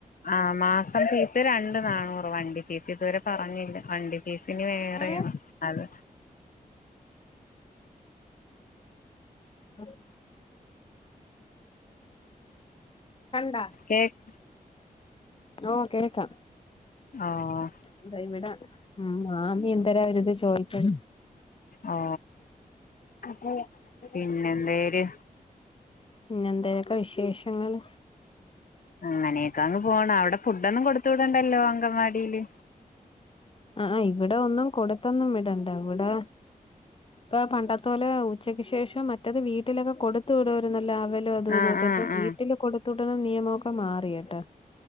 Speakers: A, on the left; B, on the left.
A: ആ മാസം ഫീസ് രണ്ട് നാണൂറ് വണ്ടി ഫീസ് ഇതുവരെ പറഞ്ഞില്ല വണ്ടി ഫീസിന് വേറെയാണ്
B: ഏഹ്
A: അത്
B: ഉം കണ്ടാ
A: കേക്ക്
B: ഓ കേക്കാം
A: ഓ
B: എന്താ ഇവിടെ ഉം മാമി എന്തരാ ഒരിത് ചോയിച്ച്ണെ
A: ഓ ഓ പിന്നെ എന്തേര്
B: പിന്നെന്തോക്കെ വിശേഷങ്ങള്
A: അങ്ങനെയൊക്കെ അങ്ങ് പോണം അവിടെ ഫുഡൊന്നും കൊടുത്തു വിടണ്ടല്ലോ അങ്കൻവാടിയില്
B: ആഹ് ഇവിടെ ഒന്നും കൊടുത്തൊന്നും വിടണ്ട ഇവിടെ ഇപ്പ പണ്ടത്തോലെ ഉച്ചക്ക് ശേഷം മറ്റത് വീട്ടിലൊക്കെ കൊടുത്തു വിടുമായിരുന്നല്ലോ ലോ അത്
A: ആ
B: ഇതൊക്കെ
A: ആ
B: ഇപ്പ
A: ആ
B: വീട്ടില് കൊടുത്തുട്ടന നിയമൊക്കെ മാറിട്ടോ